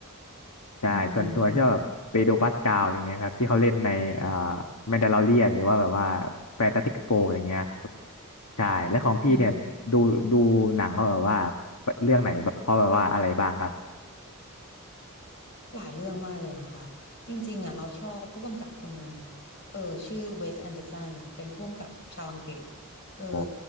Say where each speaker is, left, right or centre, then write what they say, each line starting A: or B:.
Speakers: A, on the left; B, on the left.
A: ใช่ส่วนตัวชอบแบบเปโดรปาสกาลอะไรเงี้ยครับที่เขาเล่นในเอ่อ
B: อืม
A: แมนดาลอเรียนหรือว่าแบบว่าแฟนตาติกโฟอะไรเงี้ยครับใช่แล้วของพี่เนี่ยดูดูหนังเขาแบบว่า
B: อืม
A: เรื่องไหนเพราะแบบว่าอะไรบ้างครับ
B: หลายเรื่องมากเลยนะคะจริงๆอ่ะเราชอบผู้กำกับคนหนึ่งเออชื่อเวสแอนเดอร์สันเป็นผู้กำกับชาวอังกฤษเออ
A: โอ้